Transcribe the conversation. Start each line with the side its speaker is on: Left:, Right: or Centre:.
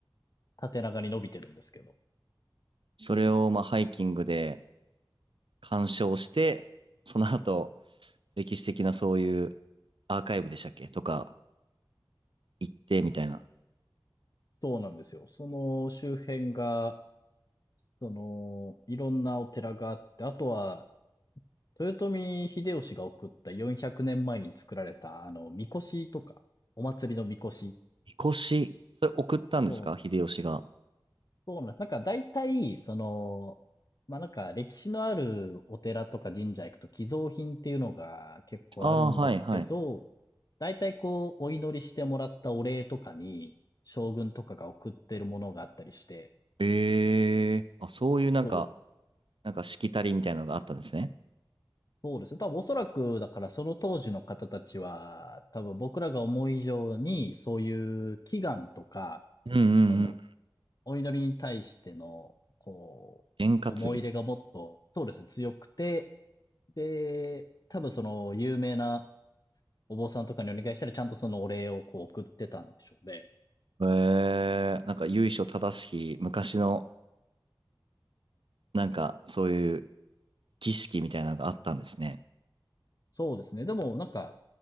Left: 縦長に伸びてるんですけど。
Right: それを、まあ、ハイキングで、鑑賞して、その後、歴史的なそういうアーカイブでしたっけとか行ってみたいな。
Left: そうなんですよ。その周辺が、その、いろんなお寺があって、あとは、豊臣秀吉が送った400年前に作られた、あの、神輿とか、お祭りの神輿
Right: みこし、それ送ったんですか秀吉が。
Left: をそうなんです。なんか大体、その、まあなんか歴史のあるお寺とか神社行くと寄贈品っていうのが結構あるんですけど、
Right: ああ、はいはい。
Left: 大体こうお祈りしてもらったお礼とかに将軍とかが送ってるものがあったりして、
Right: ええあ、そういうなんか、
Left: そう、
Right: なんかしきたりみたいなのがあったんですね。
Left: そうですね。多分おそらくだからその当時の方たちは多分僕らが思う以上にそういう祈願とか、
Right: うんうんうん。
Left: そのお祈りに対してのこう思い入れがもっと、
Right: 験担ぎ。
Left: そうですね、強くて、で、多分その有名なお坊さんとかにお願いしたらちゃんとそのお礼をこう送ってたんでしょうね。
Right: ええなんか由緒正しき昔の、なんかそういう儀式みたいなのがあったんですね。
Left: そうですね。でもなんか、